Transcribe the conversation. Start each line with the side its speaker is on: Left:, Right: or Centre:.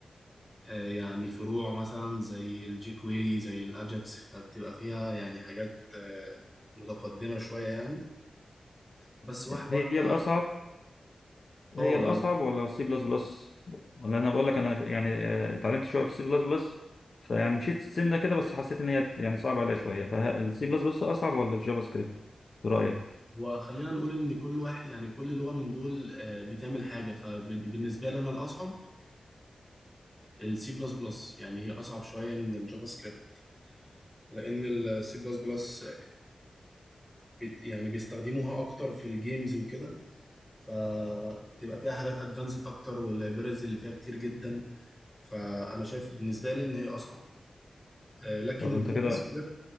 Centre: آه، يعني فروع مثلا زي الجيكويري زي الأجاكس فبتبقى فيها يعني حاجات آه، متقدمة شوية يعني بس واحدة
Left: هي
Centre: واحدة
Left: الاصعب
Centre: اه
Left: هي الأصعب
Centre: يعني
Left: ولا السي بلس بلس؟ ولا أنا بقول لك أنا يعني آه، اتعلمت شوية في السي بلس بلس فيعني مشيت سنة كده بس حسيت إن هي يعني صعبة عليا شوية فالسي بلس بلس أصعب ولا الجافا سكريبت؟ برأيك؟
Centre: هو خلينا نقول ان كل واحد يعني كل لغة من دول آه، بتعمل حاجة فبالنسبة لي انا الاصعب السي بلس بلس يعني هي اصعب شوية من الجافا سكريبت لان السي بلس بلس يعني بيستخدموها اكتر في الجيمز وكده فبتبقى فيها حاجات ادفانسد اكتر واللايبريز اللي فيها كتير جدا فانا شايف بالنسبه لي ان هي اصعب آه، لكن
Left: طب
Centre: الجافا
Left: أنت كده
Centre: سكريبت